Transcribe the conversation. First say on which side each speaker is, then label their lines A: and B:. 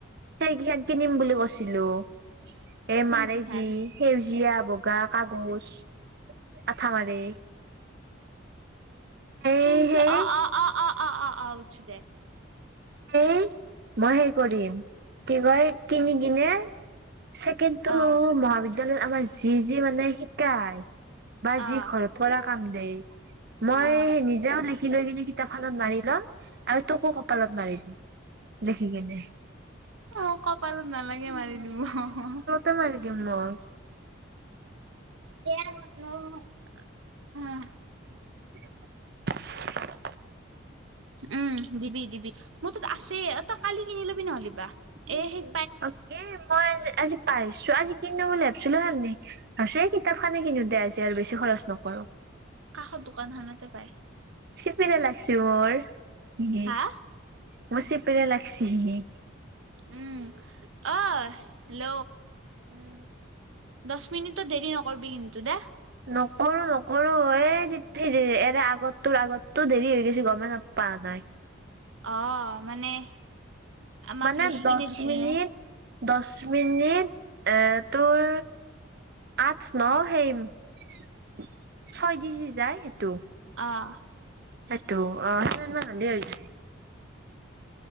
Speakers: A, on the right; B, on the right.
A: সেইকিখান কিনিম বুলি কৈছিলো। এ
B: কোন
A: মাৰে
B: কিখান
A: যি সেউজীয়া বগা কাগজ, আঠা মাৰে। সেই
B: সেউজীয়া
A: সেই
B: অ', অ', অ', অ', অ', অ', বুদচু দে।
A: এই মই সেই কৰিম কি কয় কিনি কিনে ছেকেণ্ডটো
B: অ
A: মহাবিদ্যালয়ত আমাৰ যি যি মানে শিকায় বা
B: অ
A: যি ঘৰত ধৰা কাম দেই মই
B: অ
A: নিজেও লি লিখি লৈ কিনে কিতাপখনত মাৰি লম আৰু তোকো কপালত মাৰি দিম লেখি কিনে।
B: অ', কপালত নালাগে মাৰি দিব অ'।
A: তই মাৰি দিম মই।
B: <unintelligible>
A: <inaudible>
B: উম, দিবি দিবি মোৰ তাত আছে অ', তই কালি কিনি ল'বি নহ'লিবা এ সেই
A: অকে, মই আজি আজি পাইছো আজি আজি কিনো বুলি ভাবছিলো হালনি। ভাবিছোঁ এই কিতাপ খনে কিনো দে আজি আৰু বেছি খৰচ নকৰো।
B: কাষত দোকান খনতে পায়।
A: চিপিৰে লাগছি মোৰ, মোৰ
B: হা
A: চিপিৰে লাগিছে।
B: উম, অই হেল্ল?
A: উম।
B: দহ মিনিটটো দেৰি নকৰিবি কিন্তু দে।
A: নকৰো নকৰো এই এৰে আগত তোৰ আগততো দেৰি হৈ গৈছ গ'মে নাপ পাৱা নাই।
B: অ', মানে আমাক
A: মানে
B: লিখি
A: দছ
B: কিনে দিছিল
A: মিনিট,
B: নে
A: দছ মিনিট এ তোৰ আঠ, ন, সেই ছয় দি যি যায় সেইটো।
B: অ'।
A: সেটো অ', <unintelligible>